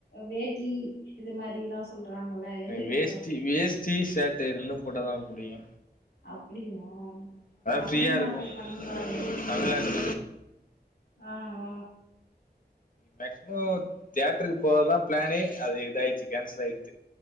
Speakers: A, on the left; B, on the left.
A: வேட்டி இது மாரி ல்லா சொல்றாங்கள எது பிடிக்கு
B: வேஸ்ட்றி வேஸ் டீ ஷர்ட்ரெண்டு போட்டா தா முடியு
A: அப்டியா தமிழ்நாட்டு
B: ஃப்ரீயா இருக்கு
A: பண்பாடு
B: தமிழ்நாட்டு
A: ஆஆ
B: மேக்சிமோ தேட்டருக்கு போகதா பிளானே அது இதயிடுச்சு கேன்சல் ஆயித்து